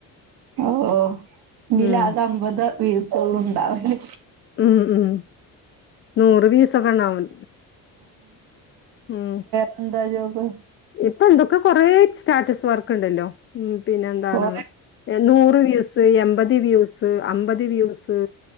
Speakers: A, on the right (about 75°); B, on the left (about 35°).
A: ഓഹ് ഓഹ് ഇന്റിലാകെ
B: ഉം
A: അമ്പത് വീസൊള്ളുണ്ടാവല്.
B: ഉം ഉം നൂറ് വീസ് ക്കെണ്ടാവും ഉം
A: എന്താ ജോബ്?
B: ഇപ്പൊ എന്തക്കൊ കൊറെ സ്റ്റാറ്റസ് വർക്ക്ണ്ടല്ലോ ഉം പിന്നെ എന്താണ്
A: കൊറേ
B: നൂറ് വ്യൂസ് ത് എമ്പത് വ്യൂസ് അമ്പത് വ്യൂസ്